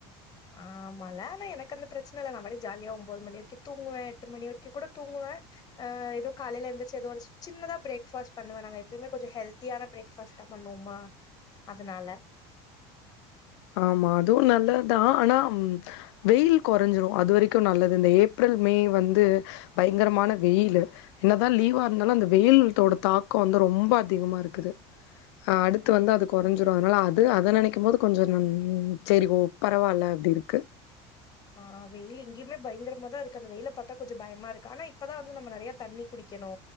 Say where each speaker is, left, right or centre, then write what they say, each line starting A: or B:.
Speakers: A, on the left; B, on the left.
A: ஆமால ஆன எனக்கு அந்த பிரச்சன இல்ல நா பாட்டுக்கு ஜாலியா ஒம்போது மணி வரைக்கு தூங்குவே எட்டு மணி வரைக்கு கூட தூங்குவே ஆஹ் ஏதோ காலைல எழுந்திரச்சு ஏதொ ஒரு சின்னதா பிரேக் ஃபாஸ்ட் நாங்க எப்பவுமே கொஞ்ச ஹெல்த்தியான பிரேக் ஃபாஸ்டா பண்ணுவோமா அதனால
B: ஆமா அதுவு நல்லதுதா ஆனா ம் வெயில் கொறஞ்சுறோ அது வரைக்கு நல்லது இந்த ஏப்ரல் மே வந்து பயங்கரமான வெயிலு என்னதா லீவா இருந்தாலு அந்த வெயில்த்தோட தாக்கொ வந்து ரொம்ப அதிகமா இருக்குது ஆ அடுத்து வந்து அது கொறஞ்சுறு அதனால அது அத நெனைக்கும் போதுக் கொஞ்சொ ம் ம் சரி போ பரவாயில்ல அப்டி இருக்கு
A: ஆஹ் வெயில் இங்கேயுமே பயங்கரமாதா இருக்கு அந்த வெயில பாத்தா கொஞ்ச பயமா இருக்கு ஆனா இப்பதா வந்து நம்ம நெறைய தண்ணி குடிக்கணு